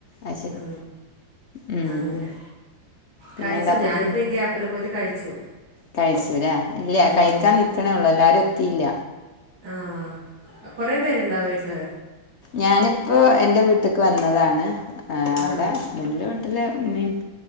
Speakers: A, on the left; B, on the right.
A: ആയ് ശരി
B: ആ,
A: ഉം
B: അങ്ങനെ
A: പിന്നെന്താ
B: കഴിച്ചോ
A: അപ്പം
B: ഞാനിപ്പോ ഈ ഗ്യാപ്പില് പോയിട്ട് കഴിച്ചു
A: കഴിച്ചുലെ ഇല്ല്യ
B: ഉം.
A: കഴിക്കാൻ നിക്കണേ ഉള്ളു എല്ലാരും എത്തിയില്ല
B: ആഹ് കൊറേ പേരുണ്ടോ വീട്ടില്
A: ഞാനിപ്പോ എന്റെ വീട്ടിക്ക് വന്നതാണ് അവിടെ
B: ആ
A: ഹസ്ബൻഡിന്റെ ന്റെ ഉമ്മയും